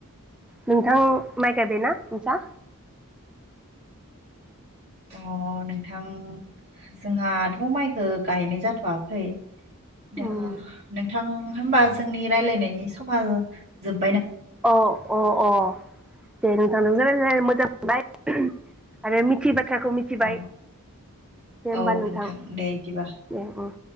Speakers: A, in the centre; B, on the right.
A: नोंथां माइ गायबायना नोंसा
B: अ नोंथां जोंहाथ' माइखो गायनाय जाथ'वाखै दा
A: उम
B: नोंथां होमबा जोंनि रायलायनायनि समा जोब
A: अ अ अ दे नोंथां <unintelligible> <unintelligible> मोजां मोनबाय आरो मिथिबा बाथ्राखौ मिथिबाय
B: औ
A: दे होमबा
B: औ
A: नोंथां
B: दे बिदिबा
A: दे उम